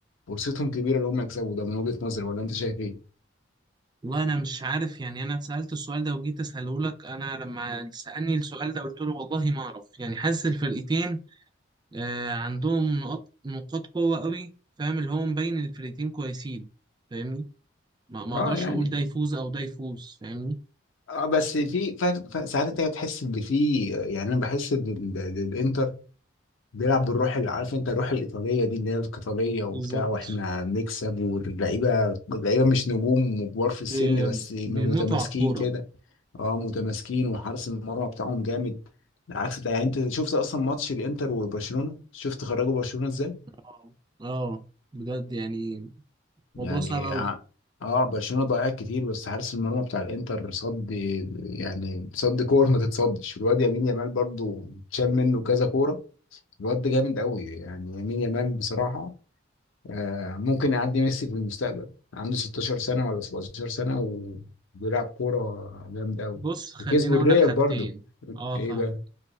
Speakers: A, on the left (about 80°); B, on the right (about 20°).
A: فرصتهم كبيره ان هم يكسبوا ده من وجهه نظري ولا انت شايف ايه؟
B: والله انا مش عارف يعني انا اتسألت السؤال ده وجيت اساله لك انا لما سألني السؤال ده قلت له والله ما اعرف يعني حاسس الفرقتين آه، عندهم نقاط نقاط قوة قوي فاهم اللي هو مبين الفرقتين كويسين فاهمني ما ما
A: اه
B: اقدرش
A: يعني
B: اقول ده يفوز او ده يفوز فاهمني
A: اه بس في ف- ف- ساعات انت بتحس ان في يعني انا بحس ان ال- الانتر بيلعب بالروح اللي عارف انت الروح الايطاليه دي اللي هي القتاليه وبتاع
B: بالظبط
A: واحنا بنكسب واللعيبه اللعيبه مش نجوم وكبار في
B: ب-
A: السن بس متماسكين
B: بيموتوا على الكورة
A: كده اه متماسكين وحارس المرمى بتاعهم جامد عكس يعني انت شفت اصلا ماتش الانتر وبرشلونه شفت خرجوا برشلونه ازاي
B: اه آه، بجد يعني موضوع
A: يعني
B: صعب قوي
A: ع- اه برشلونه ضيعت كتير بس حارس المرمى بتاع الانتر صد يعني صد كور ما تتصدش والواد يمين يامال برضو شال منه كذا كوره الواد ده جامد قوي يعني يمين يامال بصراحه آه، ممكن يعدي ميسي في المستقبل عنده 16 سنة ولا 17 سنة وبيلعب كورة جامدة أوي
B: بص خليني
A: وكسبوا
B: اقول
A: الريال
B: لك حاجتين
A: برضه
B: اه
A: إيه
B: فاهم
A: بقى؟